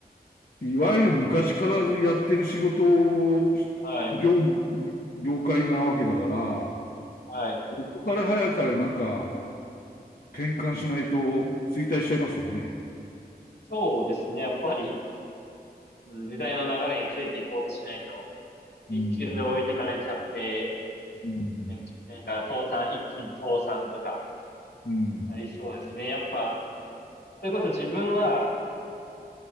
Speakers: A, on the left; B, on the left.
A: いわゆる昔からやってる仕事を、
B: はい。
A: 業務、業界なわけだから、
B: はい。
A: ここから早かれなんか、転換しないと衰退しちゃいますよね。
B: そうですね。やっぱり、うん時代の流れについていこうとしないと、一瞬で置いてかれちゃって、
A: うん、うん、
B: ねなんか倒産、一気に倒産とか、
A: うん、
B: なりそうですね。やっぱ、それこそ自分は、